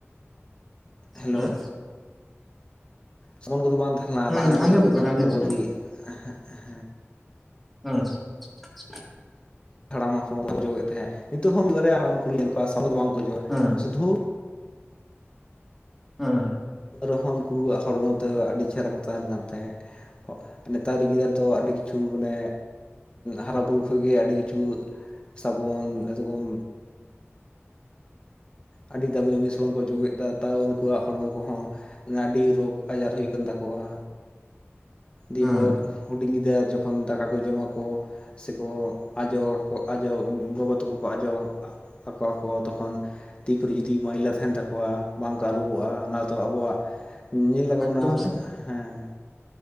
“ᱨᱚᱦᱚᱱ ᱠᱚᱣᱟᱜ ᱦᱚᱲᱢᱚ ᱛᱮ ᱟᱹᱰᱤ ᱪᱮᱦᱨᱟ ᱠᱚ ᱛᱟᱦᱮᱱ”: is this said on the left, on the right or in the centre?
Left